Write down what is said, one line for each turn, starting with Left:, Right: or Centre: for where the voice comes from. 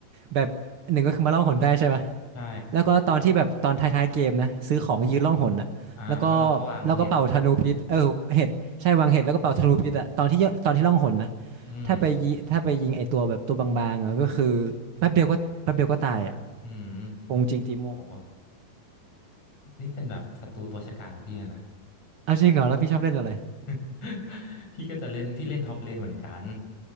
Right: แบบหนึ่งก็คือมาล่องหนได้ใช่ปะ
Left: ใช่
Right: แล้วก็ตอนที่แบบตอนท้ายๆเกมนะซื้อของยืนล่องหนอะแล้วก็
Left: อ่าแล้วก็เราก็วางเห็ด
Right: แล้วก็เป่าธนูพิษเออเห็ดใช่วางเห็ดแล้วก็เป่าธนูพิษอะตอนที่ยตอนที่ล่องหนนะ
Left: อืม
Right: ถ้าไปยิถ้าไปยิงไอตัวแบบตัวบางๆอะก็คือแป๊บเดียวก็แป๊บเดียวก็ตายอะ
Left: อืม
Right: โกงจริงติโม
Left: โอ้โหนี่เป็นแบบศัตรูตัวฉกาจของพี่เลยนะ
Right: เอาจริงเหรอแล้วพี่ชอบเล่นอะไร
Left: <laughs> พี่ก็จะเล่นพี่เล่นท็อปเลนเหมือนกัน